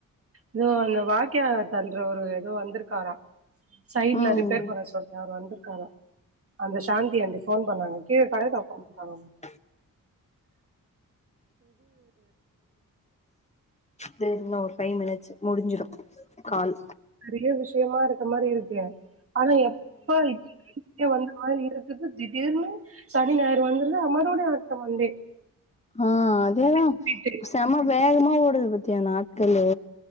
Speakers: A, on the right; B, on the left.
A: தோ அந்த வாய்க்கா பண்றவரு எதோ வந்திருக்காரா சைட்ல
B: ம்
A: ரிப்பேர்
B: ம்
A: பண்ண சொ யார் வந்திருக்காரா அந்த சாந்தி ஆண்டி ஃபோன் பண்ணாங்க கீழ கட தொறக்க வந்துருக்காங்களா
B: <unintelligible> தோ இன்னோ ஒரு ஃபைவ் மினிட்ஸ் முடிஞ்சிடும் கால்
A: நெறய விஷயமா இருக்க மாரி இருக்கு ஆனா எப்ப வந்த மாரி இருக்குது திடீர்னு சனி ஞாயிர் வந்துர்து மறுபடியு அடுத்த மண்டே
B: ஆ அதேதா
A: ரிப்பீட்டு.
B: செம வேகமா ஓடுது பத்தியா நாட்களு